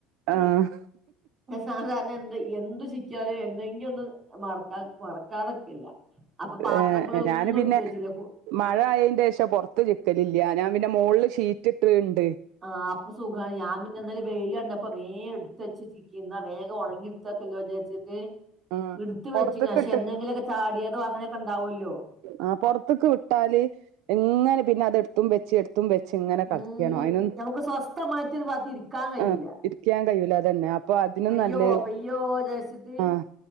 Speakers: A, on the right; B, on the right.
A: ആഹ്
B: സാധാരണ എന്ത് എന്ത് ചിക്കാലോ എന്തെങ്കിലും ഒന്നും മറക്കാ മറക്കാതൊക്കെല്ല അപ്പൊ പാത്രങ്ങളൊന്നും
A: ഏഹ് ഞാന് പിന്നെ
B: ഇടുത്ത് വച്ചില
A: മഴ ആയതിന്റെ ശേഷം പുറത്ത് ചിക്കലില്ല ഞാൻ പിന്നെ മുകളില് ഷീറ്റിട്ട്ണ്ട്
B: ആഹ് അപ്പ സുഖമാണ് ഞാൻ പിന്നെന്താലും വെയില് കണ്ടപ്പം ഇപ്പൊ വേഗം എടുത്ത് വച്ച് ചിക്കി ന്നാ വേഗം ഉണങ്ങിടുത്തക്കല്ലോ വിചാരിച്ചിട്ട്
A: ആഹ്
B: എടുത്ത്
A: പൊറത്ത്ക്ക്ട്ട്
B: വെച്ച് പക്ഷെ എന്തെങ്കിലുമൊക്കെ ചാടിയതോ അങ്ങനെയൊക്കെ ഉണ്ടാവുമല്ലോ
A: ആഹ് പുറത്തക്കെ ഇട്ടാല് എങ്ങനെ പിന്നെ അത എടുത്തും വെച്ച് എടുത്തും ത്തും വെച്ച് ഇങ്ങനെ കളിക്കണോ
B: ഉം
A: അതിനൊ
B: നമുക്ക് സ്വസ്ഥമായിട്ട് ഒരു ഭാഗത്ത് ഇരിക്കാൻ കഴിയൂല
A: ഉ ക്കാൻ കഴില അതന്നെ അപ്പൊ അതിനും
B: പെയ്യോ
A: നല്ല
B: പെയ്യോ വിചാരിച്ചിട്ട്
A: ആഹ്